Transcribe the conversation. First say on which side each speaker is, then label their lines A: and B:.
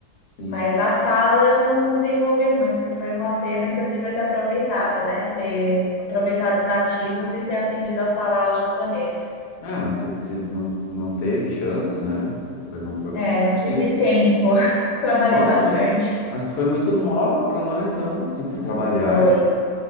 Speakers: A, on the left; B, on the left.
A: Sim.
B: Mas a fala eu não desenvolvi muito. Foi uma pena que eu devia ter aproveitado, né? Ter aproveitado os nativos e ter aprendido a falar o japonês.
A: Ah, mas se, se não, não teve chance, né? Talvez não foi porque.
B: É, não tive
A: Isso.
B: tempo. <laughs> Trabalhei
A: Nossa,
B: bastante.
A: mas, mas tu foi muito nova pra lá, então, sim, pra trabalhar.
B: Foi,